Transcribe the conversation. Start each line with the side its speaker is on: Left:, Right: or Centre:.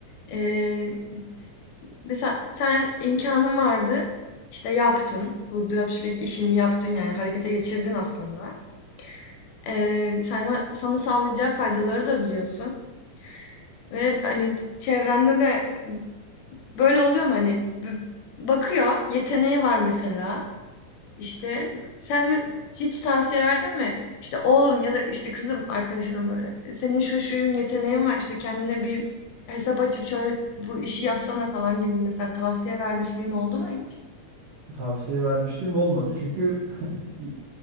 Left: Eee, mesela sen imkanın vardı, işte yaptın. Bu dropshipping işini yaptın yani harekete geçirdin aslında. Eee, sana, sana sağlayacağı faydaları da biliyorsun. Ve hani çevrende de böyle oluyor mu hani b- bakıyor, yeteneği var mesela. İşte, sen hiç tavsiye verdin mi? İşte, "Oğlum ya da, işte, kızım" arkadaşına böyle, E, "Senin şu şuyun yeteneğin var, işte, kendine bir hesap açıp şöyle bu işi yapsana." falan gibi mesela tavsiye vermişliğin oldu mu hiç?
Right: tavsiye vermişliğim olmadı çünkü <laughs> i-